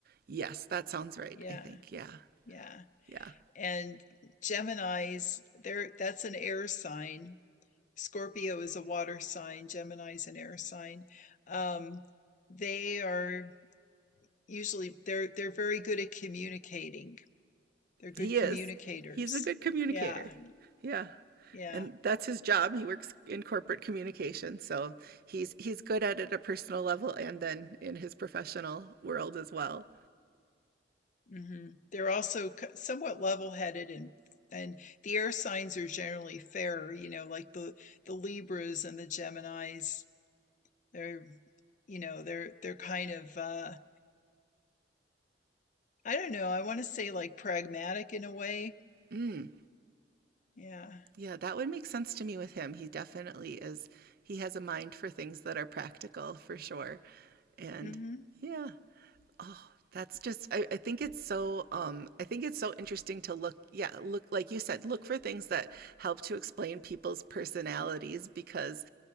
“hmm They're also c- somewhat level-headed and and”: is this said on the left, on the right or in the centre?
Left